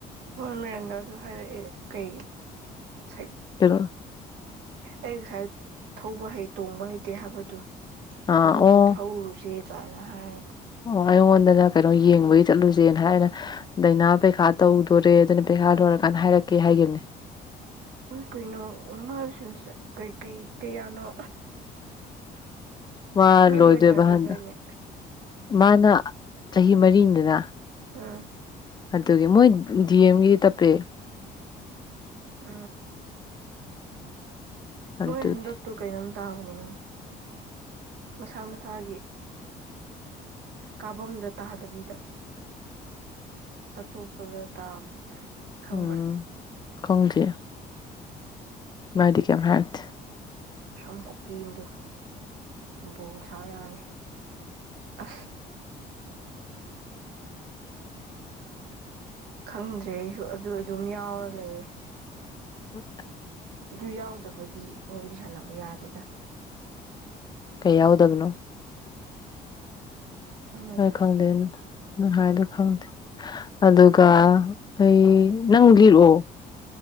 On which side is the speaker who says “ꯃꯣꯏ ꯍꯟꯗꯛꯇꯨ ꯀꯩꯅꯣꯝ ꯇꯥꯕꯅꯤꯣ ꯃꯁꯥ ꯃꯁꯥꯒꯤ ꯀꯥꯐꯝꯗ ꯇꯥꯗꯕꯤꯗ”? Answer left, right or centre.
Right